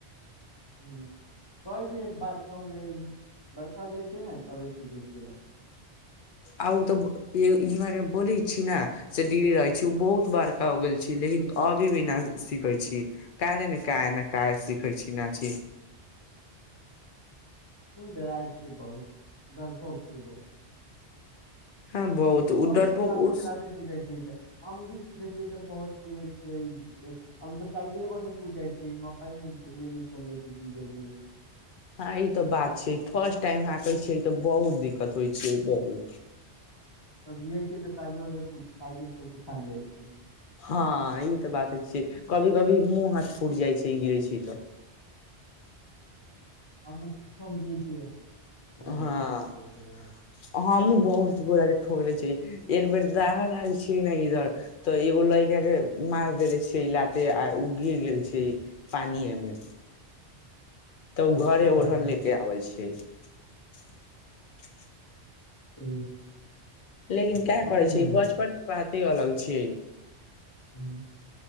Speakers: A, on the left (about 20°); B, on the left (about 50°).
A: ह कहै छीयै बार तू जे बड़का हो जाय छय तबे सीखय छए अब
B: आ ओ तऽर बोली छी ने से डिरी रहै छी ओ बहुत बड़का हो गेल छी लेकिन अभी भी न सिखै छी क क क सिखै छी न छी
A: डेराइ छै बहुत डरपोक छै बहुत
B: हँ बहुत ओ
A: कोन
B: डरपोक
A: चलाते
B: ओ
A: चलाे सिखाय छै त हम भी सीखे छियै तऽ बहुत गिरे छियै हम तऽ साइकिले पर से कूद जाइ छीै मकई मेे चल जाइ छी गिरै छै
B: हँ ई तऽ बात छै फर्स्ट टाइम अह कहै छियै तऽ बहुत दिक्कत होइ छै बहु
A: तब गिय छै तऽ सा साइकिल छोड़ क फांग जाइ छै
B: हँ ई तऽ बातइ छै कभी कभी मुँह हाथ फूटि जाइ छै गिरे छै तऽ <inaudible>
A: <unintelligible>
B: हँ हमहुँ बहुत गोड़ के ठोकले छै एक बेर दाहड़ आयल छियै ने इधर तऽ एगो लैका के मार देेले छियै लाते आ उ गिर गेल छै पानिये मे तऽ उ घरे ओढ़न
A: हूँ,
B: ले के आबे छै ठीक
A: <inaudible>
B: लेकिन का
A: और
B: करै
A: है।
B: छै बचपन के बात ते अलग छियै
A: ह